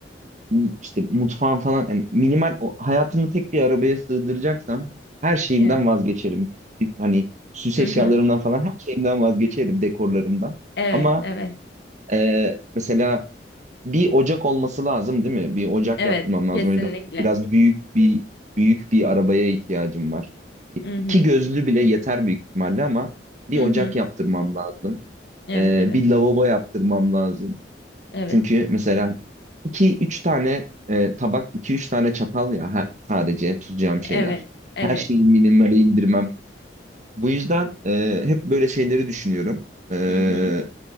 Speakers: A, on the right; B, on the left.
A: m- işte mutfağın falan yani minimal o, hayatımı tek bir arabaya sığdıracaksam her şeyimden
B: Evet.
A: vazgeçerim. Bir- Hani süs
B: Hı
A: eşyalarımdan
B: hı.
A: falan her şeyimden vazgeçerim dekorlarımdan.
B: Evet,
A: Ama
B: evet.
A: e, mesela bir ocak olması lazım değil mi? Bir ocak
B: Evet,
A: yaptırmam
B: kesinlikle.
A: lazım. O yüzden biraz büyük bir büyük bir arabaya ihtiyacım var. İ-
B: Hı hı.
A: İki gözlü bile yeter büyük ihtimalle ama bir
B: Hı
A: ocak
B: hı.
A: yaptırmam lazım.
B: Evet,
A: Ee,
B: evet.
A: bir lavabo yaptırmam lazım.
B: Evet.
A: Çünkü mesela iki üç tane e, tabak, iki üç tane çatal ya ha- sadece tutacağım şeyler.
B: Evet. Evet.
A: Her şeyi minimale indirmem bu yüzden e, hep böyle şeyleri düşünüyorum. E,
B: Hı hı.